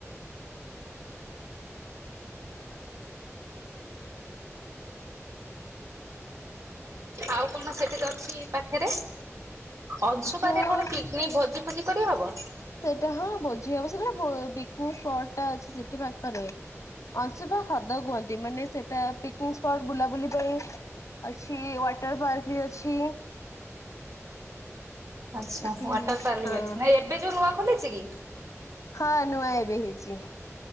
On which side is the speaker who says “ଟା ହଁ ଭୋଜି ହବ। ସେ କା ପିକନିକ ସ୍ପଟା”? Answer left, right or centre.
Left